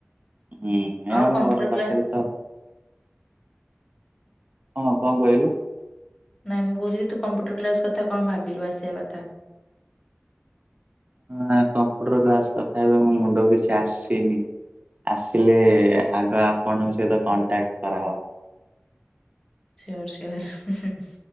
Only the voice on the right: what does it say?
ହୁଁ ଏ
ଆମ
ଘର ପାଖରେ
ତ। ହଁ କଣ କହିଲୁ?
ହ କମ୍ପୁଟର କ୍ଲାସ୍ କଥା ହେବେ ମୋ ମୁଣ୍ଡ କିଛି ଆସିନି। ଆସିଲେ ଆଗ ଆପଣଙ୍କ ସହିତ କଣ୍ଟାକ୍ଟ କରା ହେବ।